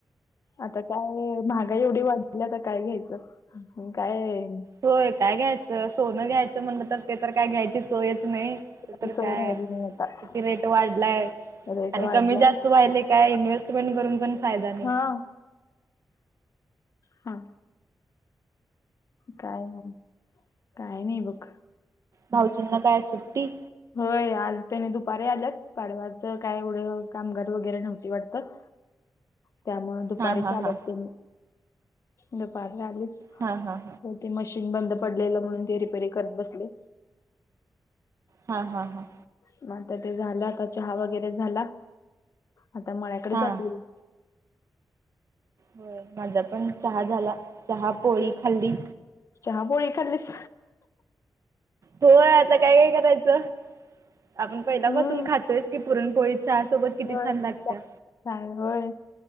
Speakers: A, on the left; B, on the right.
A: आता काय महागाई एवढी वाढलीय तर काय घ्यायचं काय?
B: होय काय घ्यायचं? सोनं घ्यायचं म्हणतच ते तर काय घ्यायची सोयच नाही ते तर
A: ती सोय
B: काय
A: राहिली
B: आहे
A: नाही आता
B: किती रेट वाढलाय?
A: रेट
B: आणि
A: वाढला
B: कमी जास्त व्हायलंय काय इन्व्हेस्टमेंट करून पण फायदा नाही.
A: हा हा काय मग? काय नाही बघ.
B: भाऊजींना काय सुट्टी?
A: होय आज त्यांनी दुपारी आल्यात, पाडवाचं काय एवढं कामगार वगैरे नव्हते वाटतं? त्यामुळं दुपारीचं
B: हा हा
A: आलेत
B: हा
A: ते नी दुपारनं आलेत.
B: हा हा.
A: ते मशीन बंद पडलेलं म्हणून ते रिपेरी करत बसले.
B: हा हा हा.
A: मग आता ते झालं आता चहा
B: आणि
A: वगैरे झाला. आता मळ्याकडे
B: हा
A: जातील.
B: होय माझा पण चहा झाला. चहा पोळी खाल्ली.
A: चहा पोळी खाल्लीस.
B: होय आता काय काय करायचं. आपण पहिल्यापासून
A: हम्म
B: खातोयचं की पुरणपोळी चहा सोबत किती
A: होय
B: छान लागत्या.
A: काय होय.